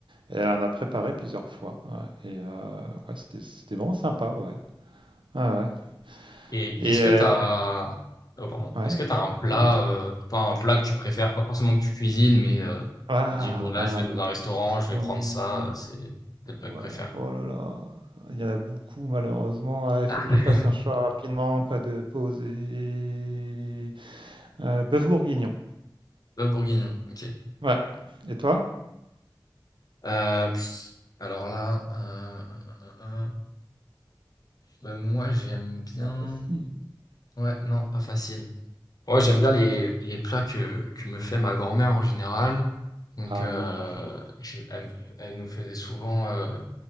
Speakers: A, on the right; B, on the left.
A: Et elle a préparé plusieurs fois. ouais. Et euh, ouais, c'était, c'était vraiment sympa, ouais. Ah ouais.
B: Et
A: Et
B: est-ce que
A: euh,
B: t'as, oh pardon,
A: ouais.
B: est-ce que t'as un plat,
A: Non, non.
B: euh, enfin un plat que tu préfères, pas forcément que tu cuisines, mais euh,
A: Ah,
B: tu te dis bon là
A: ah,
B: je vais dans
A: bonne
B: un restaurant,
A: question.
B: je vais prendre ça, euh, c'est c'est le plat
A: Ouais,
B: que je préfère.
A: oh là là. Il y en a beaucoup, malheureusement. Ah, il
B: <laughs>
A: faut que je fasse un choix rapidement, pas de pause. Et... Euh, bœuf bourguignon.
B: Le bourguignon, ok.
A: Ouais. Et toi?
B: Euh, pff, alors là, euh, euh, euh, euh, bah, moi j'aime bien.
A: Pas facile.
B: Ouais, non, pas facile. Ouais, j'aime
A: Ouais.
B: bien les, les plats que, que me fait ma grand-mère en général. Donc,
A: Ah
B: euh,
A: oui, attends.
B: je- elle, me- elle nous faisait souvent. euh,